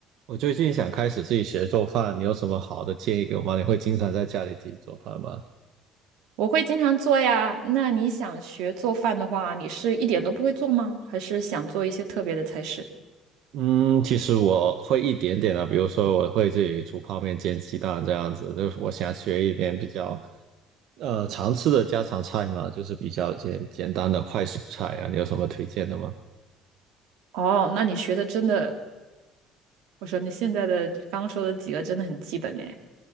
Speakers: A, on the right; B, on the right.
A: 我最近想开始自己学做饭，你有什么好的建议给我吗？你会经常在家里自己做饭吗？
B: 我会经常做呀。那你想学做饭的话，你是一点都不会做吗？还是想做一些特别的菜式？
A: 嗯，其实我会一点点的，比如说我会自己煮泡面、煎鸡蛋这样子，就是我想学一点比较呃常吃的家常菜嘛，就是比较简简单的快速菜啊，你有什么推荐的吗？
B: 哦，那你学的真的，我说你现在的刚刚说的几个真的很基本哎。